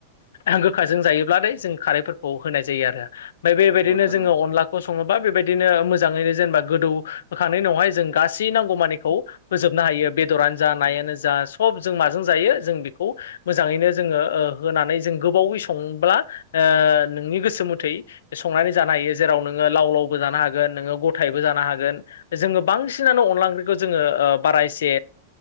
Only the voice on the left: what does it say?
ओ गोखाजों जायोबब्लाथाय जों खारैफोरखौ होनाय जायो आरो ओमफ्राय बे बायदिनो
जोङो अनला गसङोबा बेबायदिनो मोजाङैनो जेनेबा गोदौ होखांनायनि उनावहाय जों गासै नांगौ मानिखौ फोजोबनो हायो। बेदरनो जा नायानो
जा सब जों माजों जायो जों बेखौ मोजाङैनो जोङो होनानै जों गोबावै संब्ला ओ नोंनि गोसो मथै संनानै जानो हायो जेराव नोङो लाव लावबो जानो हागोन नोङो गथायैबो जानो हागोन। जोङो बांसिनानो अनला ओख्रिखौ जोङो बारा एसे